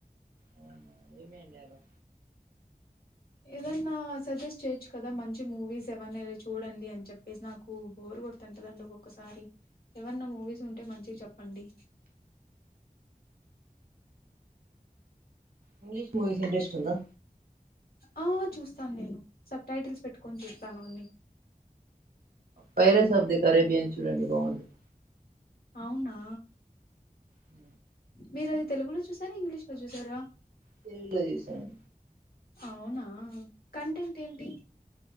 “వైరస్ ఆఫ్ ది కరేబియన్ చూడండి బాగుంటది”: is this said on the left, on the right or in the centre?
Right